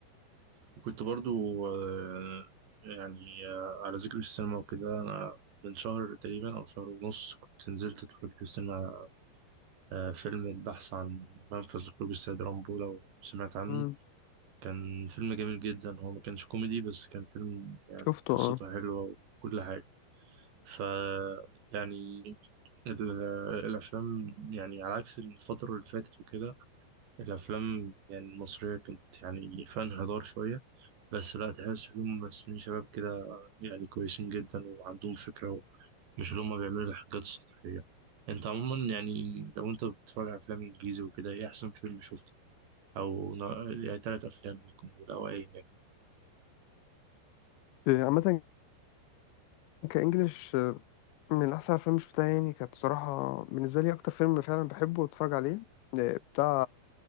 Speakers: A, on the right; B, on the left.
A: وكنت برضو آه، يعني آه، على ذكر السينما وكده أنا من شهر تقريبا أو شهر ونص كنت نزلت اتفرجت في السينما على آه، فيلم البحث عن منفذ لخروج السيد رامبو لو سمعت عنه
B: مم.
A: كان فيلم جميل جدا هو ما كانش كوميدي بس كان فيلم يعني
B: شفته
A: قصته
B: اه
A: حلوة وكل حاجة ف يعني ال- الأفلام يعني على عكس الفترة اللي فاتت وكده الأفلام يعني المصرية كنت يعني فيها انحدار شوية بس لا تحس فيهم ممثلين شباب كده يعني كويسين جدا وعندهم فكرة مش اللي هما بيعملوا الحاجات السطحية أنت عموما يعني لو أنت بتتفرج على أفلام إنجليزي وكده إيه أحسن فيلم شفته؟ أو نا- يعني تلات أفلام ممكن نقول أو أي نجم
B: آه، عامة كإنجليش آه، من أحسن الأفلام اللي شفتها يعني كانت صراحة بالنسبة لي أكتر فيلم فعلا بحبه وأتفرج عليه آه، بتاع